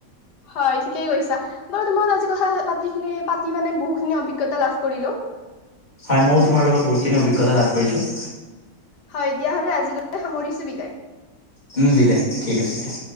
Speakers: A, on the left; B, on the left.
A: হয় ঠিকেই কৈছা, বাৰু তোমাৰ আজি কথা পাতি খিনি পাতি মানে বহুতখিনি অভিজ্ঞতা লাভ কৰিলো।
B: হয় মইয়ো তোমাৰ লগত বহুতখিন অভিজ্ঞতা লাভ কৰিছোঁ।
A: হয় দিয়া হ'লে আজিলৈকে সামৰিছো বিদায়।
B: উম বিদায় ঠিক আছে দিয়া।